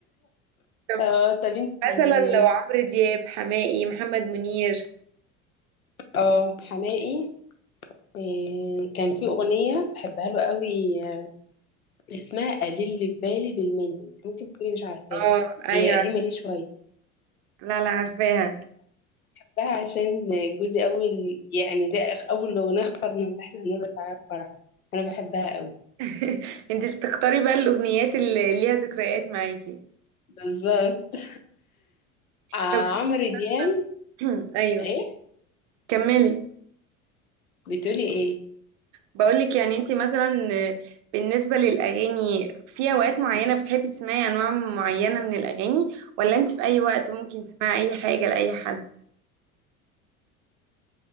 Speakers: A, on the right; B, on the left.
A: طب
B: اه طب انتي
A: مثلا لو عمرو دياب حماقي محمد منير
B: اه حماقي إيه كان في أغنية بحبها له قوي آه، اسمها قليل اللي في بالي بالملي ممكن تكوني مش عارفاها
A: اه ايوه
B: هي قديمة ليه شوية
A: لا لا عارفاها
B: بقى عشان جوزي أول يعني ده آخ- أول أغنية اخترنا اللي احنا هنرقص عليها الفرح أنا بحبها أوي
A: <laughs> انت بتختاري بقى الاغنيات اللي ليها ذكريات معاكي
B: بالظبط آه،
A: طب قولي
B: عمرو
A: لي
B: دياب
A: بقى <clears throat>
B: إيه
A: ايوه كملي
B: بتقولي إيه
A: بقولك يعني انت مثلا بالنسبة للأغاني في أوقات معينة بتحبي تسمعي أنواع معينة من الأغاني ولا انت في أي وقت ممكن تسمعي أي حاجة لأي حد